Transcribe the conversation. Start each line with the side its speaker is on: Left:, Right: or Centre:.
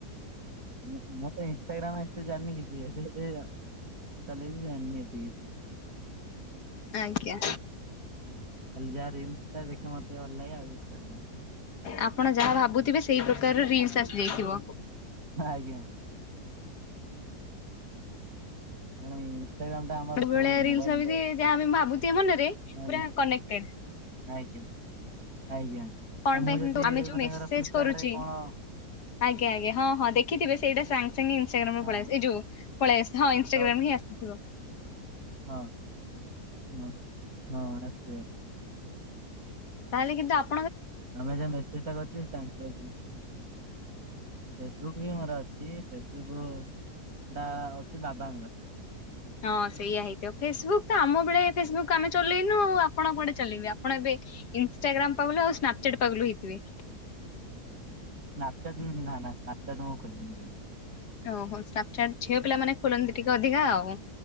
Right: ମୁଁ ମତେ ଇନଷ୍ଟାଗ୍ରାମ ଏତେ ଜାଣିନି କିଛି ଏ ଚାଲେ ଜାଣିନି ଏତେ କିଛି <inaudible>
Left: ଆଜ୍ଞା।
Right: ଖାଲି ଯାହା ରୀଲସ ଟା ଦେଖେ ମତେ ଭଲଲାଗେ ଆଉ କରେନି
Left: ଆପଣ ଯାହା ଭାବୁଥିବେ ସେଇ ପ୍ରକାରର ରିଲ୍ସ ଆସିଯାଇଥିବ।
Right: ହଁ ଆଜ୍ଞା। କଣ ଇ ନଷ୍ଟାଗ୍ରାମ କାମଟା ଆମ ସବୁ
Left: ଭଳିଆ ରିଲସ
Right: ମୋବାଇଲରେ।
Left: ଭାବି ଯାହା ଆମେ ଭାବୁଥିବେ ମନରେ
Right: ଆଜ୍ଞା।
Left: ପୁରା କନେକ୍ଟେଡ
Right: ଆଜ୍ଞା ଆଜ୍ଞା ନା
Left: କଣ ପାଇଁ
Right: ମୁଁ
Left: ସେମିତି
Right: ଯଦି
Left: ଆମେ ଯୋଉ
Right: ମନେ
Left: ମେସେଜ
Right: କର ଫ୍ଲିପକର୍ଡ
Left: କରୁଚି
Right: ରେ କଣ
Left: ଆଜ୍ଞା ଆଜ୍ଞା ହଁ ହଁ ଦେଖିଥିବେ ସେଇଟା ସାନ ସେମି ଇନ୍ ଷ୍ଟାଗ୍ରାମ୍
Right: ହଁ
Left: ପଳେଇ ଆସି ଏଇ ଯୋଉ ପଳେଇ ଆସି ହଁ
Right: କିଛି
Left: ଇନ୍ ଷ୍ଟାଗ୍ରାମ୍ ହିଁ ଆସିବ।
Right: ହଁ ହଁ ହଁ ରାସ୍କେ।
Left: ତାହେଲେ କିନ୍ତୁ ଆପ୍
Right: ଆମେ ଯ ମେସେଜ୍ ଟା କରିଛେ ତାଙ୍କ ଯି। ଫେସ୍ ବୁକ୍ ବି ମୋର ଅଛି ଫେସ୍ ବୁକୁ ସେଟା ଅଛି ବାବାଙ୍କର।
Left: ହଁ ସେଇଆ ହେଇଥିବ ଫେସ୍ ବୁକ୍ ତ ଆମ ବେଳେ ଫେସ୍ ବୁକ୍ ଆମେ ଚଲେଇନୁ ଆଉ ଆପଣ କୁଆଡେ ଚଲେଇବେ ଆପଣ ଏବେ ଇନ୍ ଷ୍ଟାଗ୍ରାମ୍ ପାଗ୍ ଲୁ ଆଉ ସ୍ନାପ୍ ଚାଟ୍ ପାଗ୍ ଲୁ ହେଇଥିବେ।
Right: ହ <inaudible> ସ୍ନାପ୍ ଚାଟ୍ ଉଁ ହୁଁ ନା ନା ସ୍ନାପ୍ ଚାଟ୍ ମୁଁ ଖୋଲିନି କେବେ।
Left: ଓହୋ ସ୍ନାପ୍ ଚାଟ୍ ଝିଅ ପିଲା ମାନେ ଖୋଲନ୍ତି ଟିକେ ଅଧିକା ଆଉ।